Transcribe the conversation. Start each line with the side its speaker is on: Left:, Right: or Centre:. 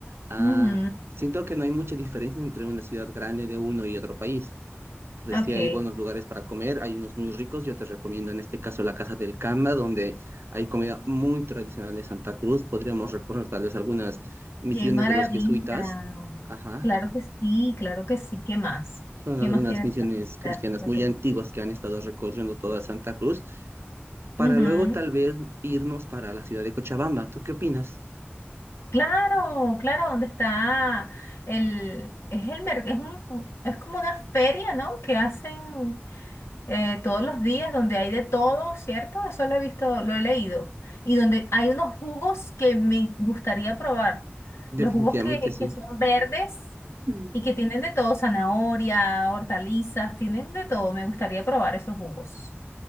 Right: ah,
Left: Ujú.
Right: siento que no hay mucha diferencia entre una ciudad grande de uno y otro país. Entonces
Left: Ok.
Right: sí hay buenos lugares para comer, hay unos muy ricos. Yo te recomiendo en este caso la Casa del Canda, donde hay comida muy tradicional de Santa Cruz. Podríamos recorrer tal vez algunas misiones
Left: Qué maravilla.
Right: de los jesuitas. Ajá.
Left: Claro que sí, claro que sí. ¿Qué más?
Right: Son
Left: ¿Qué
Right: algunas
Left: más tiene
Right: misiones
Left: para visitar
Right: cristianas
Left: Veracruz?
Right: muy antiguas que han estado recorriendo toda Santa Cruz, para
Left: Ujú.
Right: luego tal vez irnos para la ciudad de Cochabamba. ¿Tú qué opinas?
Left: Claro, claro, dónde está el, es el mer- es un, es como una feria, ¿no? Que hacen eh, todos los días, donde hay de todo, ¿cierto? Eso lo he visto, lo he leído. Y donde hay unos jugos que me gustaría probar.
Right: Definitivamente
Left: Los jugos que,
Right: sí.
Left: que son verdes.
Right: Mm.
Left: Y que tienen de todo, zanahoria, hortalizas, tienen de todo. Me gustaría probar esos jugos.